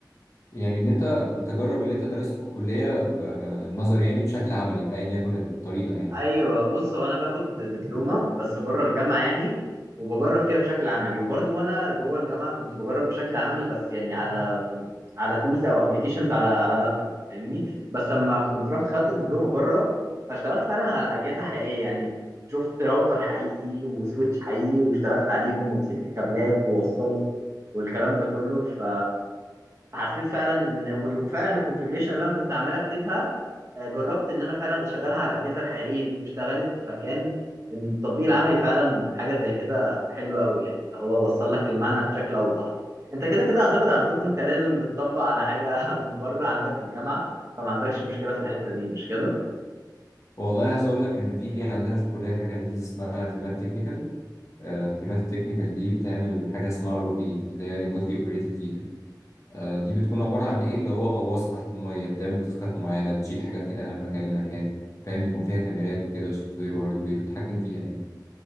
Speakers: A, on the left; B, on the right.
A: يعني ان انت بتجرب اللي انت درسته في الكليه آه، نظري يعني بشكل عملي بايا يكن الطريقه يعني
B: ايوه بص هو انا باخد دبلومه بس بره الجامعه يعني وبجرب فيها بشكل عملي وبرضو وانا جوه الجامعه كنت بجرب بشكل عملي بس يعني على على تولز او ابلكيشنز على على لابتوب فاهمني بس لما كنت رحت خدت الدبلومه بره فاشتغلت فعلا على اجهزه حقيقيه يعني شفت راوتر حقيقي وسويتش حقيقي واشتغلت عليهم ومسكت كابلات ووصلت والكلام ده كله ف- فحسيت فعلا ان وال- وفعلا الكونفجريشن اللي انا كنت عمال اكتبها آه، جربت ان انا فعلا اشغلها على الاجهزه الحقيقيه دي واشتغلت فكان التطبيق العملي فعلا في حاجه زي كده حلو قوي يعني اللي هو وصل لك المعنى بشكل اوضح انت كده كده اعتقد عندكم انت لازم بتطبق على حاجه <laughs> من بره عندك في الجامعه فما عندكش مشكله في الحته دي مش كده
A: والله عايز اقول لك ان في عندنا في الكليه حاجه لذيذه اسمها تيمات تكنيكال التيمات التكنيكال دي بتعمل حاجه اسمها ار او في اللي هي ريموتلي اوبريتد فيكل دي بتكون عباره عن ايه اللي هو غواصه تحت الميه بتعمل تاسكات معينه بتشيل حاجه بتنقلها من مكان لمكان فاهم بيكون فيها كاميرات وكده وسوفت وير وهارد وير وبتحكم فيها يعني